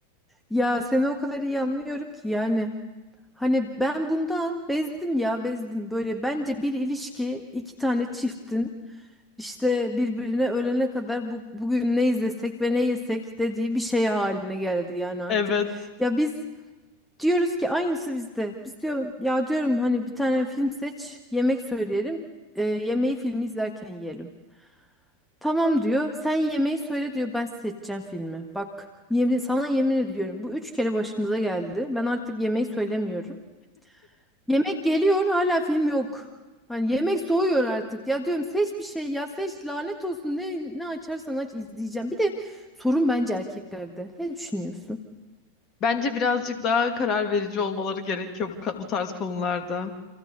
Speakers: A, in the centre; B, on the left.
A: Ya seni o kadar iyi anlıyorum ki yani hani ben bundan bezdim ya bezdim böyle bence bir ilişki iki tane çiftin işte birbirine ölene kadar bu, bugün ne izlesek ve ne yesek dediği bir şey haline geldi yani artık.
B: Evet.
A: Ya biz diyoruz ki aynısı bizde. Biz diyorum ya diyorum hani bir tane film seç yemek söyleyelim e, yemeği filmi izlerken yiyelim. Tamam diyor. Sen yemeği söyle diyor. Ben seçeceğim filmi. Bak yemin, sana yemin ediyorum. Bu üç kere başımıza geldi. Ben artık yemeği söylemiyorum. Yemek geliyor hala film yok. Hani yemek soğuyor artık. Ya diyorum seç bir şey ya seç lanet olsun. Ne, ne açarsan aç izleyeceğim. Bir de sorun bence erkeklerde. Ne düşünüyorsun?
B: Bence birazcık daha karar verici olmaları gerekiyor bu, ka- bu tarz konularda.